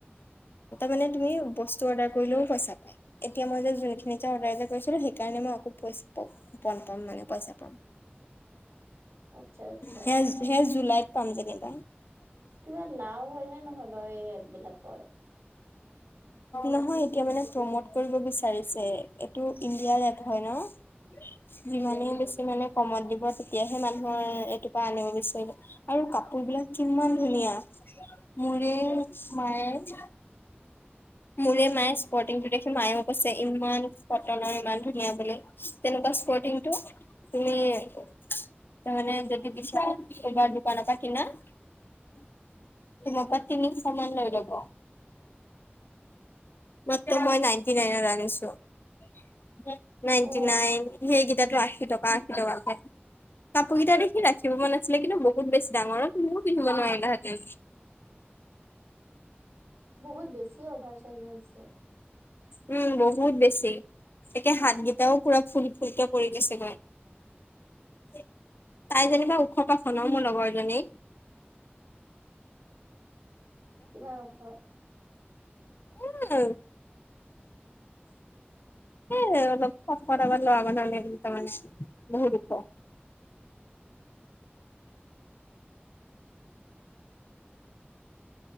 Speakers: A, on the left; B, on the right.
A: মানে তুমি বস্তু অৰ্ডাৰ কৰিলেও পইচা পাই এতিয়া মই যে যোনখিনি এ অৰ্ডাৰ এ সেইকাৰণে মই আকৌ পইচম পাম মানে পইচা পাম।
B: আচ্ছা আচ্ছা
A: সে সে জুুলাইত পাম যেনেবা,
B: কিবা লাও হয় নে নহয় বাৰু এই এপ বিলাকৰ?
A: নহয় এতিয়া মানে প্ৰমোট কৰিব বিচাৰিছে এইটো, ইণ্ডিয়াৰ এপ হয় ন যিমানেই
B: উম
A: বেছি মানে কমত দিব তেতিয়াহে মানুহৰ এইটোৰ পৰা আনিব বিচাৰিব আৰু কাপোৰ বিলাক কিমান ধুনীয়া। মুৰে মায়ে, মূৰে মায়ে
B: উম
A: স্পটংটো দেখো মায়েও কৈছে ইমান কটনৰ ইমান ধুনীয়া বুলি তেনেকুৱা স্পৰ্টিংটো তুমি
B: <inaudible>
A: তাৰমানে যদি বিচৰা ক'ৰবাৰ দোকান পাৰ কিনা তোমাৰ পৰা তিনিশ মান লৈয় ল'ব। মাত্ৰ মই নাইনটি নাইনত আনিছোঁ। নাইনটি
B: অ
A: নাইন সেইকেইটাটো আশী টকা আশী টকাকে কাপোৰ কেইটা দেখি ৰাখিব মন আছিলে। কিন্তু বহুত বেছি ডাঙৰ তুমিও পিন্ধিব নোৱাৰিলাহেঁতেন।
B: বহুত বেছিয়ে অভাৰ চাৰ্জ আহিছে।
A: উম, বহুত বেছি। একে হাতগেইটাও পুৰা ফুল ফুলকে পৰি গৈছে গৈ। এ তাই যেনিবা ওখৰ পাখ ন মোৰ লগৰ জনী।
B: কিমান ওখ?
A: উম।
B: <inaudible>
A: এই অলপ খকট আপট ল'ৰা মানুহ নিচিনা মানে বহু ওখ।
B: <inaudible>